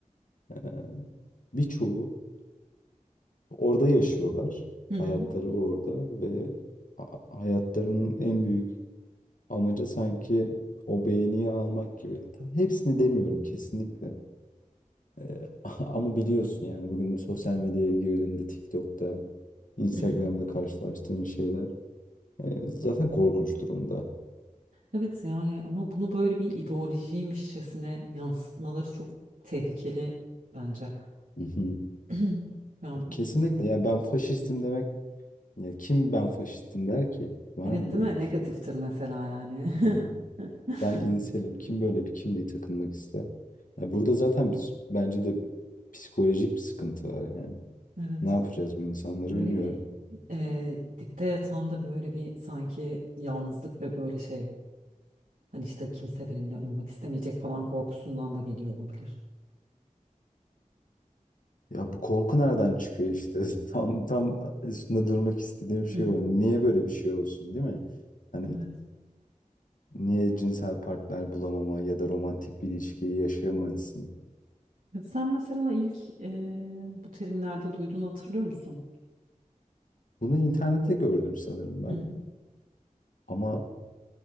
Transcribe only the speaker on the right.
Hı hı,
hı hı.
Evet yani ama bunu böyle bir ideolojiymişçesine yansıtmaları çok tehlikeli bence.
<clears throat> Ya bilmiyorum.
Evet
değil
mi?
Negatiftir
mesela yani.
<laughs>
Evet.
Böyle
bir eee, dipte yatan da böyle bir sanki yalnızlık ve böyle şey hani işte kimse benimle olmak istemeyecek falan korkusundan da geliyor olabilir.
Hı hı.
Evet.
Evet, Sen mesela ilk eee, bu terimlerde duyduğunu hatırlıyor musun?
Hı hı.